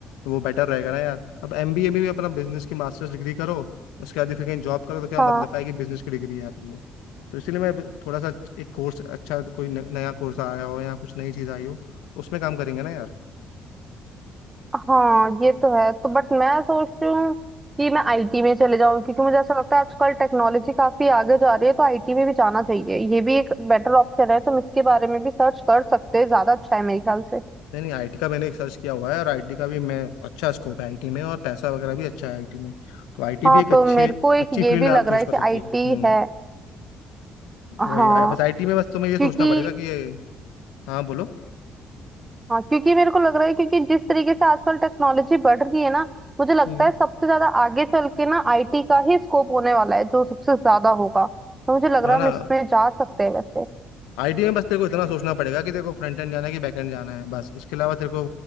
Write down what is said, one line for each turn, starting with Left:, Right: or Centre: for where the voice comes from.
Left: वो बेटर रहेगा ना यार अब एमबीए में भी अपना बिजनेस की मास्टर्स डिग्री करो उसके बाद ही फिर कहीं जॉब करो तो क्या
Right: हाँ
Left: मतलब है कि बिजनेस की डिग्री है फिर वो तो इसीलिए मैं अभी थोड़ा सा एक कोर्स अच्छा कोई न- नया कोर्स आया हो या कुछ नई चीज़ आई हो तो उसमें काम करेंगे ना यार
Right: हाँ ये तो है तो बट मैं सोच रही हूँ कि मैं आईटी में चले जाऊँ क्योंकि मुझे ऐसा लगता है आजकल टेक्नोलॉजी काफी आगे जा रही है तो आईटी में भी जाना चाहिए ये भी एक बेटर ऑप्शन है तुम इसके बारे में भी सर्च कर सकते हैं ज्यादा अच्छा है मेरे ख्याल से
Left: नहीं नहीं आईटी का मैंने एक सर्च किया हुआ है और आईटी का भी मैं अच्छा स्कोप है आईटी में और पैसा वगैरह भी अच्छा है आईटी में तो आईटी
Right: हाँ
Left: भी एक
Right: तो
Left: अच्छी
Right: मेरे को एक
Left: अच्छी
Right: ये
Left: फील्ड
Right: भी
Left: आप
Right: लग
Left: चूज
Right: रहा है
Left: कर
Right: कि
Left: सकती
Right: आईटी
Left: हो हम्म
Right: है
Left: वही
Right: हाँ
Left: आया बस आईटी में बस तुम्हें ये सोचना
Right: क्योंकि
Left: पड़ेगा कि ये हाँ बोलो
Right: हाँ क्योंकि मेरे को लग रहा है क्योंकि जिस तरीके से आजकल टेक्नोलॉजी बढ़ रही है ना मुझे लगता
Left: हम्म
Right: है सबसे ज्यादा आगे चल के ना आईटी का ही स्कोप होने वाला है जो सबसे ज्यादा होगा तो मुझे लग
Left: है
Right: रहा है
Left: ना
Right: हम इसमें जा सकते हैं वैसे
Left: आईटी में बस तेरे को इतना सोचना पड़ेगा कि तेरे को फ्रंट एंड जाना है कि बैक एंड जाना है बस इसके अलावा तेरे को